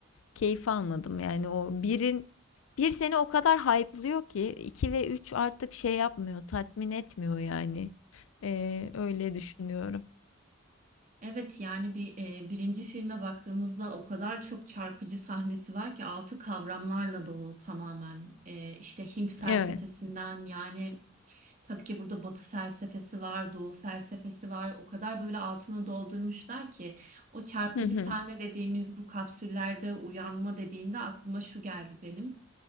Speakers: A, on the left; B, on the right.
A: keyif almadım. Yani o birin bir seni o kadar hype'lıyor ki 2 ve 3 artık şey yapmıyor, tatmin etmiyor yani. Ee, öyle düşünüyorum.
B: Evet yani bir e, birinci filme baktığımızda o kadar çok çarpıcı sahnesi var ki altı kavramlarla dolu tamamen. E, işte Hint felsefesinden
A: Evet.
B: yani Tabii ki burada Batı felsefesi var, Doğu felsefesi var. O kadar böyle altını doldurmuşlar ki o çarpıcı
A: Hı hı.
B: sahne dediğimiz bu kapsüllerde uyanma dediğinde aklıma şu geldi benim.